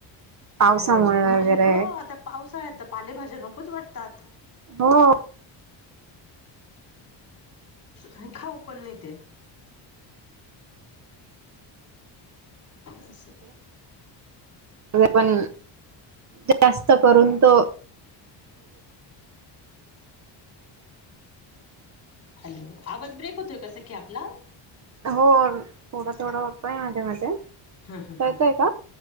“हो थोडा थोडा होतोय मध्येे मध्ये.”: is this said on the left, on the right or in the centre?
Right